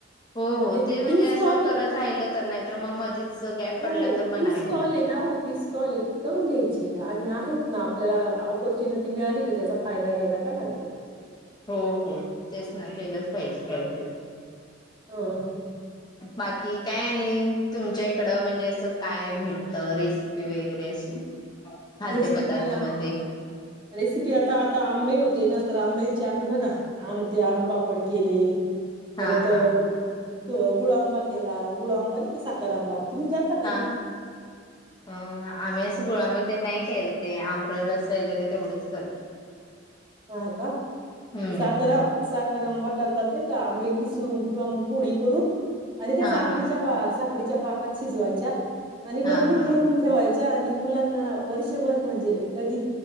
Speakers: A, on the left; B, on the right.
A: हो
B: म्हणजे
A: हो ते
B: तीस
A: असं
B: कॉल
A: करत राहिलं तर नाही तर मग मधीच गॅप
B: हो
A: पडला तर मग
B: तीस
A: नाही होत.
B: कॉल आहे ना हो तीस कॉल करून घ्यायचे आणि आहेत ना आप आपल्याला ऑपॉर्च्युनिटी मिळाली तर त्याचा फायदा घ्यायला काय हरकत
A: हो हो तेच ना केलंचं पाहिजे कायतरी.
B: हं
A: बाकी काय आणि तुमच्या तकड म्हणजे असं काय भेटत रेसिपी वगैरे अशी खाद्यपदार्थामध्ये
B: रेसिपी या रेसिपी आता आता आंबे होते ना तर आंबे च्या आम्ही बघा आम ते आमपापड केले परत
A: हा हा
B: त गुळ आंबा केला गुळ आंबा नाही का साखर आंबा तुम्ही करता का
A: हा
B: नाही
A: अ आमी असं गुळांब तेन नाई <unintelligible> ते आम्ररस वगैरे तेवढंच करतो.
B: हा का ती
A: हम्म
B: साखर आ साख र आंबा करतात नाही का आंबे किसून किंवा मग फोडी करून आणि त्या
A: हा
B: साखरीच्या
A: हा
B: बा सा रीच्या पाकात शिजवायच्या आणि
A: हा
B: बरणीत
A: हा
B: भरून ठेवाय च्या मुलांना वर्षभर म्हणजे कधी